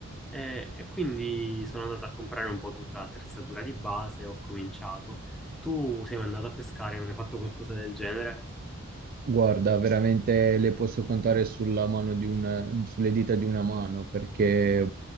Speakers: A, in the centre; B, on the right.
A: Eh, e quindi sono andato a comprare un po' tutta l'attrezzatura di base e ho cominciato. Tu sei mai andato a pescare, mi hai fatto qualcosa del genere?
B: Guarda, veramente le posso contare sulla mano di una, sulle dita di una mano perché